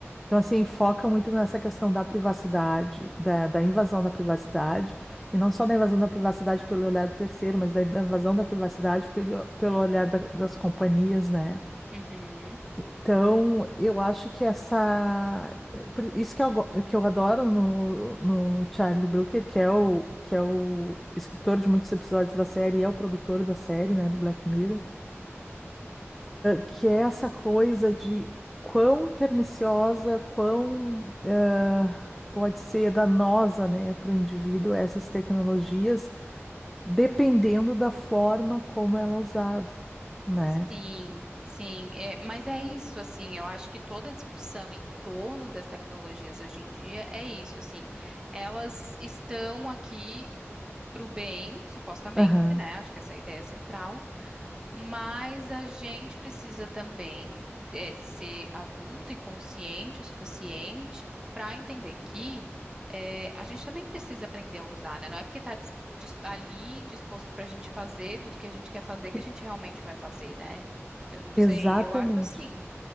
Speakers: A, in the centre; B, on the right (about 15°).
A: Então, assim, foca muito nessa questão da privacidade, da, da invasão da privacidade, e não só da invasão da privacidade pelo olhar do terceiro, mas da, da invasão da privacidade pelo, pelo olhar da- das companhias, né?
B: Uhum.
A: Então, eu acho que essa. é por Isso que eu, go- que eu adoro no, no Charlie Brooker, que é o, que é o escritor de muitos episódios da série e é o produtor da série, né, do Black Mirror que é essa coisa de quão perniciosa, quão ah, pode ser danosa, né, para o indivíduo essas tecnologias, dependendo da forma como ela é usada, né?
B: Sim, sim. É, mas é isso, assim, eu acho que toda a discussão em torno das tecnologias hoje em dia é isso, assim. Elas estão aqui para o bem, supostamente,
A: Aham.
B: né? Acho que essa é a ideia central. Mas a gente precisa também é, ser adulto e consciente o suficiente para entender que é, a gente também precisa aprender a usar, né? Não é porque está ali disposto para a gente fazer tudo que a gente quer fazer
A: Que-
B: que a gente realmente vai fazer, né? Eu não sei,
A: Exatamente.
B: eu acho assim.